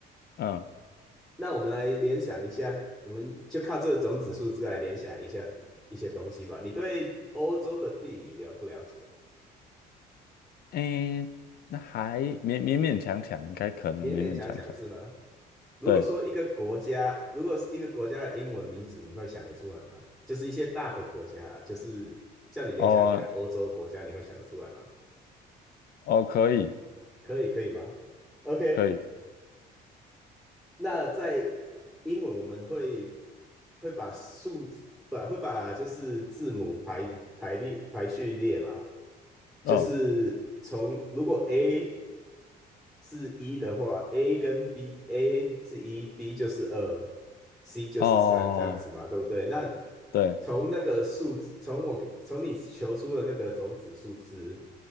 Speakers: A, on the left (about 65°); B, in the centre.
A: 嗯，
B: 那我们来联想一下，我们就靠这个种子数字来联想一下一些东西吧。你对欧洲的地理了不了解？
A: 诶，那还勉勉勉强强，应该可能勉勉强强，
B: 勉勉强强是吗？如果说一个国家，
A: 对。
B: 如果是一个国家的英文名字，你会想得出来吗？就是一些大的国家啊就是叫你联想一下欧洲国家，
A: 哦，
B: 你会想得出来吗？
A: 哦，可以，
B: 可以，可以吗？OK，
A: 可以，
B: 那在英文我们会会把数字，不，会把就是字母排排列排序列嘛，就是从如果
A: 嗯，
B: A 是一的话，A 跟 B，A 是一，B 就是二，C 就是三这样子嘛，
A: 哦，
B: 对不对？那
A: 对，
B: 从那个数字，从我给从你求出的那个种子数字，